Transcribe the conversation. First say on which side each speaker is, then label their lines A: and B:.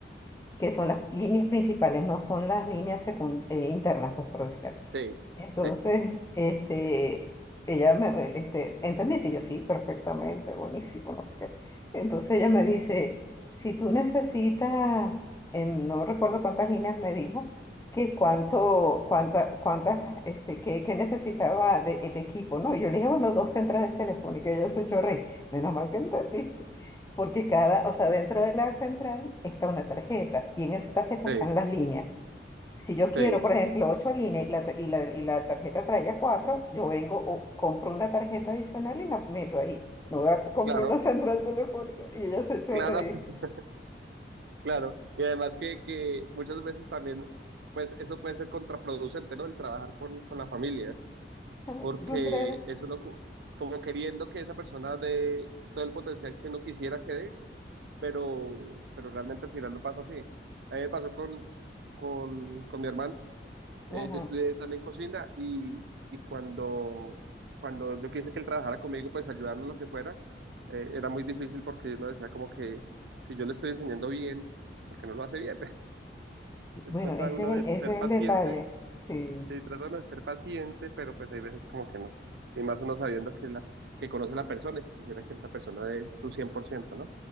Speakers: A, on the left (about 15°); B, on the right (about 75°).
A: Que son las líneas principales, no son las líneas secun- eh, internas, pues por decirlo.
B: sí,
A: Entonces,
B: sí,
A: este, ella me, este, ¿entendiste? Y Yo sí, perfectamente, buenísimo, no sé qué. Entonces ella me dice, si tú necesitas, em, no recuerdo cuántas líneas me dijo, que cuánto, cuánta, cuántas, este, que, necesitaba de, de equipo, ¿no? Y yo le dije, bueno, dos centrales telefónicas, y ella se echó a reír. Menos mal que entendiste. Porque cada, o sea, dentro de la central está una tarjeta, y en esa tarjeta
B: sí,
A: están las líneas. Si yo quiero,
B: sí,
A: por ejemplo, ocho líneas y la, y la, y la tarjeta traía cuatro, yo vengo o compro una tarjeta adicional y la meto ahí. No voy a comprar
B: claro,
A: una central telefónica y ella se echó
B: claro,
A: a reír.
B: <laughs> claro. Y además que, que muchas veces también, pues eso puede ser contraproducente, ¿no? El trabajar con, con la familia,
A: <laughs>
B: porque
A: ¿Tú crees?
B: es uno co- como queriendo que esa persona dé todo el potencial que uno quisiera que dé, pero, pero realmente al final no pasa así. A mí me pasó con, con, con mi hermano,
A: Ajá.
B: Eh, yo estudié también cocina y, y cuando, cuando yo quise que él trabajara conmigo, pues ayudarme en lo que fuera, eh, era muy difícil porque uno decía como que si yo le estoy enseñando bien, ¿por qué no lo hace bien?
A: Y
B: <laughs>
A: Bueno,
B: Trata
A: ese
B: uno
A: es el,
B: de
A: ese
B: ser
A: es
B: paciente,
A: el detalle. Sí,
B: sí, trata uno de ser paciente, pero pues hay veces como que no. Y más uno sabiendo que, la, que conoce a la persona y que quisiera que esta persona dé su cien por ciento ¿no?